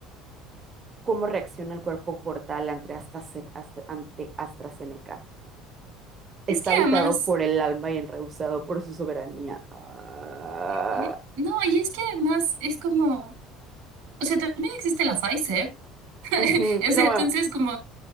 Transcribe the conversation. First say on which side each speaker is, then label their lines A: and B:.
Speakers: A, on the right; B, on the right.
A: ¿Cómo reacciona el cuerpo portal ante AstraZen- Astra- ante AstraZeneca? Está
B: Es que
A: habitado
B: además,
A: por el alma y enrehusado por su soberanía. Ah,
B: ¿eh? No, y es que además es como, o sea, también existe la Pfizer.
A: ujú.
B: <laughs> O sea,
A: No,
B: entonces como